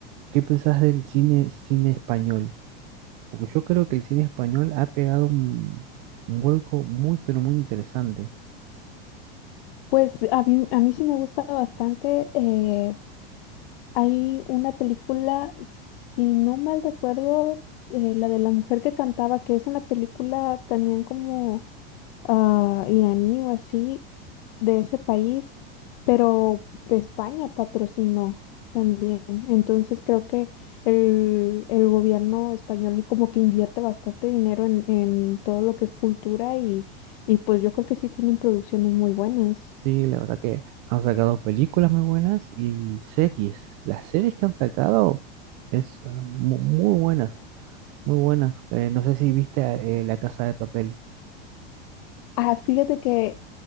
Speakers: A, on the right (about 50°); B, on the left (about 60°).
A: ¿qué pensás del cine, cine español? Porque yo creo que el cine español ha pegado un, un vuelco muy, pero muy interesante.
B: Pues a mí, a mí sí me gusta bastante, eh, Hay una película, si no mal recuerdo, eh, la de la mujer que cantaba, que es una película también como ah, iraní o así, de ese país, pero España patrocinó también. Entonces creo que el, el gobierno español y como que invierte bastante dinero en, en todo lo que es cultura y, y pues yo creo que sí tienen producciones muy buenas.
A: Sí, la verdad que han sacado películas muy buenas y series. Las series que han sacado es ah, mu- muy, buenas, muy buenas. Eh, no sé si viste ah, eh, La Casa de Papel.
B: Ah, fíjate que